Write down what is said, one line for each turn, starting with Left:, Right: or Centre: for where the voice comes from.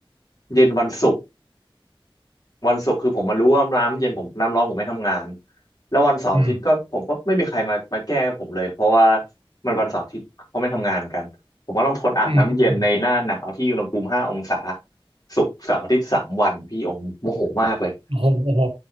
Left: เย็นวันศุกร์ วันศุกร์คือผมมารู้ว่าน้ำเย็นผมน้ำร้อนผมไม่ทำงานแล้ววันเสาร์อาทิตย์ก็ผมก็ไม่มีใครมามาแก้ผมเลยเพราะว่า
Right: อืม
Left: มันวันเสาร์อาทิตย์เขาไม่ทำงานกันผมก็ต้องทนอาบน้ำเย็นในหน้าหนาวที่อุณหภูมิห้าองศา
Right: อืมอืม
Left: ศุกร์เสาร์อาทิตย์สามวันพี่โอมโมโหมากเลย
Right: โอ้โหโอ้โห